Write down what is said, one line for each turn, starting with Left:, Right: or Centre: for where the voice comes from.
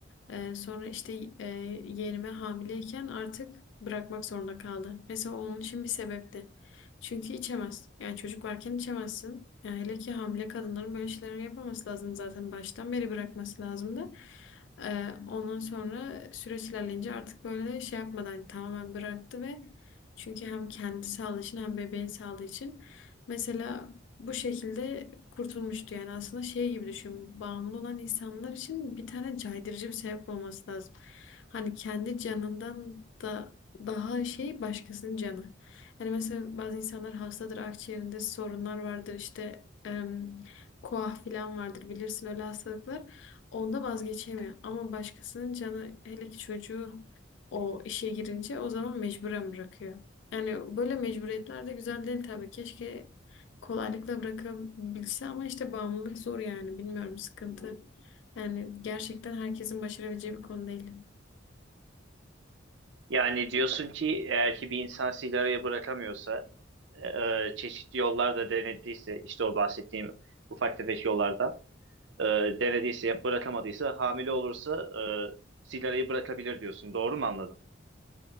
Left: Ee, sonra işte e, yeğenime hamileyken artık bırakmak zorunda kaldı. Mesela onun için bir sebepti. Çünkü içemez. Yani çocuk varken içemezsin. Yani hele ki hamile kadınların böyle şeyler yapmaması lazım zaten baştan beri bırakması lazımdı. Ee, ondan sonra süreç ilerleyince artık böyle şey yapmadan hani tamamen bıraktı ve çünkü hem kendi sağlığı için hem bebeğin sağlığı için mesela bu şekilde kurtulmuştu. Yani aslında şey gibi düşün bağımlı olan insanlar için bir tane caydırıcı bir sebep olması lazım. Hani kendi canından da daha şey başkasının canı. Yani mesela bazı insanlar hastadır, akciğerinde sorunlar vardır işte em, koah falan vardır bilirsin öyle hastalıklar. Onda vazgeçemiyor. Ama başkasının canı hele ki çocuğu o işe girince o zaman mecburen bırakıyor. Yani böyle mecburiyetler de güzel değil tabii. Keşke kolaylıkla bırakabilse ama işte bağımlılık zor yani. Bilmiyorum sıkıntı. Yani gerçekten herkesin başarabileceği bir konu değil.
Right: Yani diyorsun ki eğer ki bir insan sigarayı bırakamıyorsa, e, e, çeşitli yollar da denediyse, işte o bahsettiğim ufak tefek yollardan e, denediyse, bırakamadıysa, hamile olursa e, sigarayı bırakabilir diyorsun. Doğru mu anladım?